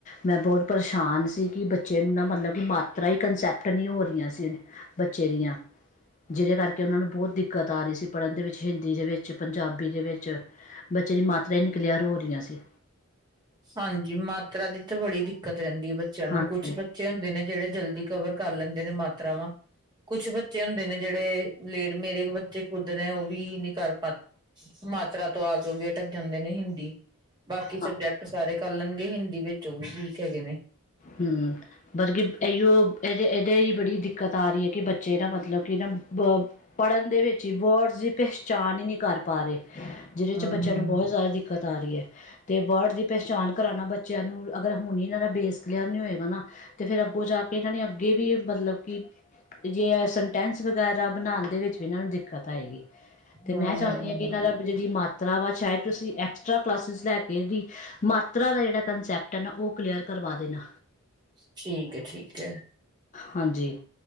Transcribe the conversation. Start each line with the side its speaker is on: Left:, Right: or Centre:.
Left: ਮੈਂ ਬਹੁਤ ਪਰੇਸ਼ਾਨ ਸੀ ਕਿ ਬੱਚੇ ਨੂੰ ਨਾ ਮਤਲਬ ਕਿ ਮਾਤਰਾ ਹੀ ਕੰਸੈਪਟ ਨਹੀਂ ਹੋ ਰਹੀਆਂ ਸੀ। ਬੱਚੇ ਦੀਆਂ ਜਿਹਦੇ ਕਰਕੇ ਉਹਨਾਂ ਨੂੰ ਬਹੁਤ ਦਿੱਕਤ ਆ ਰਹੀ ਸੀ ਪੜ੍ਹਨ ਦੇ ਵਿੱਚ ਹਿੰਦੀ ਦੇ ਵਿੱਚ, ਪੰਜਾਬੀ ਦੇ ਵਿੱਚ ਬੱਚੇ ਦੀ ਮਾਤਰਾ ਹੀ ਨਹੀਂ ਕਲਿਆਰ ਹੋ ਰਹੀਆਂ ਸੀ।
Right: ਹਾਂਜੀ, ਮਾਤਰਾ ਦੀ ਤਾਂ ਬੜੀ ਦਿੱਕਤ ਰਹਿੰਦੀ ਹੈ ਬੱਚਿਆਂ ਨੂੰ,
Left: ਹਾਂਜੀ
Right: ਕੁਛ ਬਚ ਬੱਚੇ ਹੁੰਦੇ ਨੇ ਜਿਹੜੇ ਜਲਦੀ ਕਵਰ ਕਰ ਲੈਂਦੇ ਨੇ ਮਾਤਰਾਵਾਂ ਕੁਛ ਬੱਚੇ ਹੁੰਦੇ ਨੇ ਜਿਹੜੇ ਲੇਡ, ਮੇਰੇ ਬੱਚੇ ਖੁਦ ਨੇ ਉਹ ਵੀ ਨੀ ਕਰ ਪਾ ਮਾਤਰਾ ਤੋਂ ਆ ਕੇ ਵੀ ਅਟਕ ਜਾਂਦੇ ਨੇ ਹਿੰਦੀ ਬਾਕੀ
Left: ਹਾਂ
Right: ਸਬਜੈਕਟ ਸਾਰੇ ਕਰ ਲੈਣਗੇ, ਹਿੰਦੀ ਵਿੱਚੋ ਵੀ ਵੀਕ ਹੈਗੇ ਨੇ
Left: ਹਮ ਮਤਲਬ ਕਿ ਇਓ ਇਹਦੇ ਇਹਦੇ ਲਈ ਬੜੀ ਦਿੱਕਤ ਆ ਰਹੀ ਹੈ ਕਿ ਬੱਚੇ ਨਾ ਮਤਲਬ ਕਿ ਨਾ ਬ ਪੜ੍ਹਨ ਦੇ ਵਿੱਚ ਹੀ ਵਰਡਸ ਦੀ ਪਹਿਚਾਣ ਹੀ ਨਹੀਂ ਕਰ ਪਾ ਰਹੇ, ਜਿਹਦੇ
Right: ਹੂੰ-ਹੂੰ
Left: ਚ ਬੱਚਿਆਂ ਨੂੰ ਬਹੁਤ ਜ਼ਿਆਦਾ ਦਿ ਦਿੱਕਤ ਆ ਰਹੀ ਏ। ਤੇ ਵਰਡ ਦੀ ਪਹਿਚਾਣ ਕਰਾਣਾ ਬੱਚਿਆਂ ਨੂੰ, ਅਗਰ ਹੁਣ ਹੀ ਇਹਨਾਂ ਦਾ ਬੇਸ ਕਲੀਅਰ ਨੀ ਹੋਏਗਾ ਨਾ, ਤੇ ਫੇਰ ਅੱਗੋਂ ਜਾ ਕੇ ਇਹਨਾਂ ਨੇ ਅੱਗੇ ਵੀ ਮਤਲਬ ਕਿ ਜੇ ੲੈ ਸੰਟੈਂਸ ਵਗੈਰਾ ਬਣਾਨ ਦੇ ਵਿੱਚ ਵੀ ਇਹਨਾਂ ਨੂੰ ਦਿੱਕਤ ਆਏਗੀ। ਤੇ
Right: ਹਮ
Left: ਮੈਂ ਚਾਨੀ
Right: ਹਮ
Left: ਹਾਂ
Right: ਹਮ
Left: ਕਿ ਇਹਨਾਂ
Right: ਹਮ
Left: ਦਾ ਵੀ ਜੇੜੀ ਮਾ ਤਰਾ ਵਾ ਸ਼ਾਇਦ ਤੁਸੀਂ ਐਕਸਟਰਾ ਕਲਾਸਿਸ ਲੈ ਕੇ ਏਦੀ, ਮਾਤਰਾ ਦਾ ਜਿਹੜਾ ਕੰਸੈਪਟ ਏ ਨਾ ਉਹ ਕਲੀਅਰ ਪਾ ਦੇਨਾ।
Right: ਠੀਕ ਏ, ਠੀਕ ਏ।
Left: ਹਾਂਜੀ।